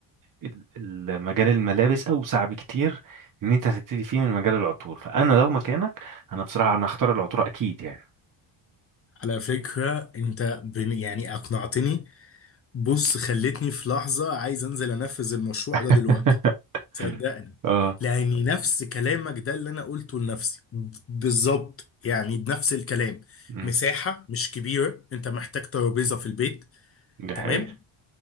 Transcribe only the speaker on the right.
ال- ال- مجال الملابس اوسع بكتير ان انت هتبتدي فيه من مجال العطور فانا لو مكانك انا بصراحه انا هختار العطور اكيد يعني
<laughs>
مم. اه
مم.
دي
حقيقة